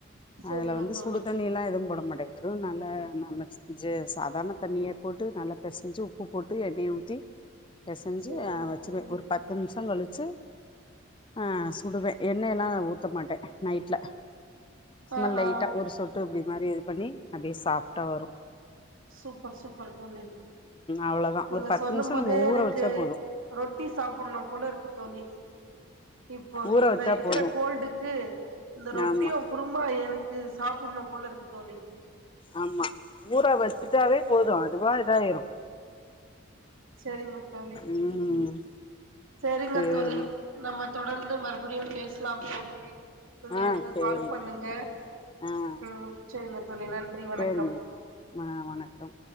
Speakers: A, on the right; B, on the left.
A: செரிங்க
B: அதுல வந்து
A: தோழி
B: சுடு தண்ணில்லா எதும் போட மாட்ட வெறும் நல்லா நம்ம செஞ்சு சாதாரண தண்ணியே போட்டு நல்லா பெசஞ்சு உப்பு போட்டு எண்ணெய ஊத்தி பெசஞ்சி
A: செரிங்க
B: அ வச்சிருவேன்
A: தோழி
B: ஒரு பத்து நிமிஷ கழிச்சு ஆ சுடுவேன் எண்ணய் எல்லா ஊத்த மாட்டேன் நைட்ல சும்மா
A: ஆ
B: லைட்டா
A: ஆ
B: ஒரு சொட்டு இப்டி மாரி இது பண்ணி அப்டியே சாப்டா வரும்
A: சூப்பர் சூப்பர் தோழி
B: அவ்ளோதா
A: நீங்க
B: ஒரு பத்து
A: சொல்லும்
B: நிமிஷோ
A: போதே
B: நம்ம
A: எனக்கு
B: ஊற வச்சா
A: கு
B: போது
A: ரொட்டி சாப்புன்னும் போல இருக்கு தோழி இப்போ
B: ஊற
A: இந்த
B: வச்சா
A: இருக்கிற
B: போது
A: கோல்டுக்கு இந்த ரொட்டியும்
B: ஆமா
A: குறும்மா என க்கு சாப்புன்னு போல இருக்கு தோழி
B: ஆமா ஊர வச்சுட்டாவே போது அதுவா இதாயிரு
A: சரிங்க தோழி
B: ம்
A: சரிங்க
B: சேரி
A: தோழி நம்ம தொடர்ந்து மறுபடியும் பேசலாம் தோழி நீங்க
B: ஆ
A: எனக்கு
B: சேரிங்க
A: கால் பண்ணுங்க
B: ஆ
A: ம் சரிங்க தோழி நன்றி வணக்கம்
B: சேரிங்க ஆ வணக்கம்